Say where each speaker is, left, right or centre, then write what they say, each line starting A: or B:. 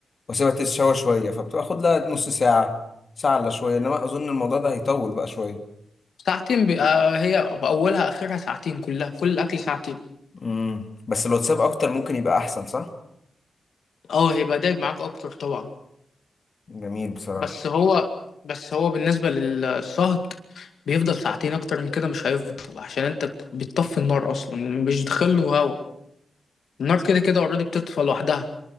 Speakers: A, on the left; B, on the left.
A: واسيبها تتشوى شويه فبتاخد لها نص ساعه ساعه الا شويه انما اظن الموضوع ده هيطول بقى شويه
B: ساعتين بي... آه هي اولها اخرها ساعتين كلها كل الاكل ساعتين
A: امم بس لو تساب اكتر ممكن يبقى احسن صح
B: اه هيبقى دايب معاك اكتر طبعا
A: جميل بصراحه
B: بس هو بس هو بالنسبه للصهد بيفضل ساعتين اكتر من كده مش هيفضل عشان انت بت- بتطفي النار اصلا يعني مش له هوا النار كده كده اوريدي بتطفى لوحدها